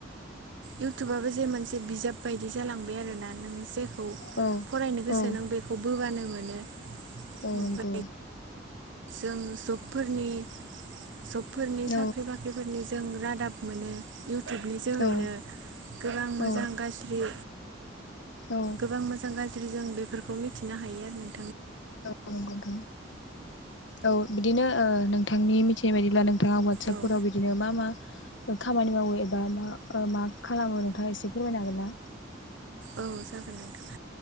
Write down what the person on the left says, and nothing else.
औ
औ
औ
नोंगौ
औ
औ
औ
औ
औं नोंगौ नोंथां औ बिदिनो ओ नों नोंथांनि मिथिनाय बायदिब्ला नोंथाङा उवाट्सापफोराव
बिदिनो मा मा खामानि मावो एबा मा मा मा खालामो नोंथाङा एसे फोरमायनो हागोन ना?